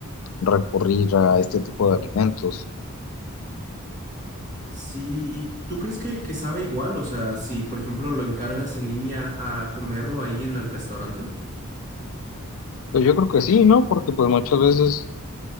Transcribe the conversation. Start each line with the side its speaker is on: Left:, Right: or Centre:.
Left: recurrir a este tipo de alimentos.
Right: Sí, ¿y tú crees que, que sabe igual? O sea, si por ejemplo lo encargas en línea a comerlo ahí en el restaurante.
Left: Pues yo creo que sí, ¿no? Porque pues muchas veces